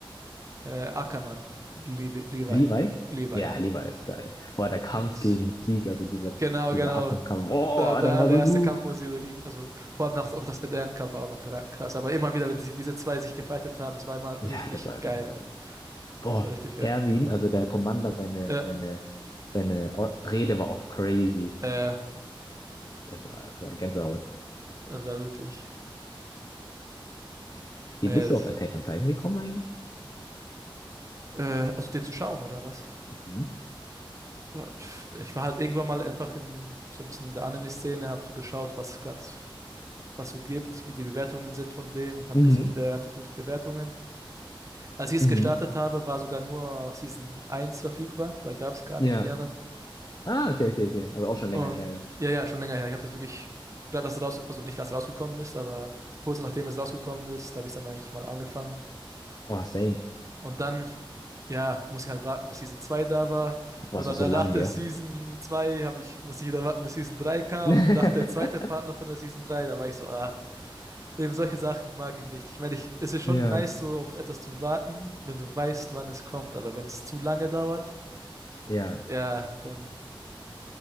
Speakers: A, on the right (about 35°); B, on the left (about 45°).
A: äh, Ackermann. Levi. Levi,
B: Levi?
A: Levi,
B: Ja,
A: ja.
B: Levi ist geil. Boah, der Kampf
A: Das,
B: gegen Zeke, also dieser,
A: genau,
B: dieser
A: genau.
B: Affenkampf, boah,
A: Der, der
B: der
A: allererste
B: war so gut.
A: Kampf, wo sie dagegen, also vor allem nach, auch das Eden-Kampf war auch noch kra- krass, aber immer wieder, wenn sie, diese zwei sich gefightet haben, es war immer
B: Ja,
A: richtig
B: das war
A: geil.
B: schon geil. Boah,
A: Es war richtig
B: Erwin,
A: geil.
B: also der Commander, seine,
A: Äh,
B: seine, seine O- Rede war auch crazy.
A: äh,
B: Das war, das war Gänsehaut.
A: das war wirklich.
B: Wie
A: Äh,
B: bist
A: es-
B: du auf Attack on Titan gekommen eigentlich?
A: äh, also den zu schauen, oder was?
B: Mhm.
A: Ja, pf, Ich war halt irgendwann mal einfach in so ein bisschen in der Anime-Szene, hab so geschaut, was gerade was so gibt, wie die Bewertungen sind von dem, hab
B: Mhm.
A: gesehen, der hatte gute Bewertungen. Als ich es
B: Mhm.
A: gestartet habe, war sogar nur Season eins verfügbar, da gab es gar
B: Ja.
A: nicht die anderen
B: Ah, okay, okay, okay. Also auch schon länger
A: Und
B: her. dann.
A: ja, ja, schon länger her. Ich habe das wirklich, gerade als raus, also nicht als rausgekommen ist, aber kurz nachdem es rausgekommen ist, habe ich dann eigentlich mal angefangen.
B: Oh, same.
A: Und dann, ja, muss ich halt warten, bis Season 2 da war.
B: Boah,
A: Und
B: es
A: dann
B: war so lang,
A: nach der
B: gell?
A: Season 2 habe ich, musste ich wieder warten, bis Season 3 kam.
B: <laughs>
A: Und nach der zweite Partner von der Season 3 da war ich so, ah, eben solche Sachen mag ich nicht. Ich meine, ich, es ist
B: Ja.
A: schon nice, so auf etwas zu warten, wenn du weißt, wann es kommt. Aber wenn es zu lange dauert,
B: Ja.
A: ja, dann